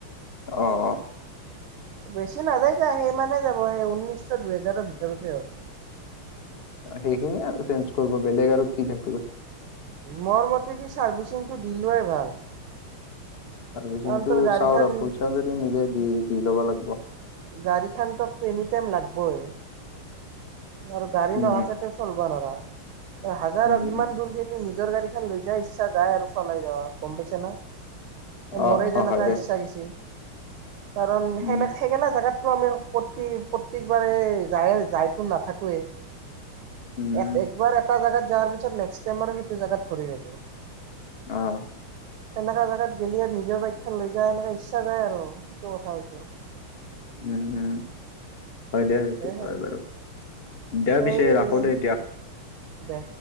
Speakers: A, on the left; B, on the right.
A: অ অ
B: বেছি নাযায় যে সেই সিমানে যাব সেই ঊনৈশ দুইহেজাৰৰ ভিতৰতে হ'ব
A: সেইখিনিয়ে আৰু চেঞ্জ কৰিব বেলেগ আৰু কি থাকিব
B: মোৰ মতেদি ছাৰ্ভিচিংটো দি লোৱাই ভাল
A: ছাৰ্ভিচিংটো
B: কাৰণ তোৰ গাড়ীখন
A: চাও ৰ পইচা যদি মিলে দি দি ল'ব লাগিব
B: গাড়ীখনটো এনি টাইম লাগবই আৰু গাড়ী
A: উম
B: নহাকেতো একো কৰিব নোৱাৰা হাজাৰ
A: উম
B: অভিমান কৰিলো আজিকালি নিজৰ গাড়ীখন লৈ যায় ইচ্ছা যায় আৰু চলাই যাৱা গম পাইছা না
A: অ
B: মৰে যেনেকা
A: অ হয় দে
B: ইচ্ছা গৈছে কাৰণ
A: উম
B: সেনে সেইনকা টো আমি প্ৰতি প্ৰত্যেকবাৰে যায়ে যায়তো নাথাকোৱে
A: উম
B: এক একবাৰ এটা জেগাত যোৱাৰ পিছত নেক্স টাইম আৰু সেইটো জেগাত ভৰি নিদো
A: অ
B: সেনেকা জাগাত গেলে নিজৰ বাইক খন লৈ যায় এনেকা ইচ্ছা যায় আৰু সেইটো কথা হৈছে
A: উম উম হয় দে সেইটো
B: এ
A: হয় বাৰু দে
B: এই
A: পিছে ৰাখো দে এতিয়া
B: দে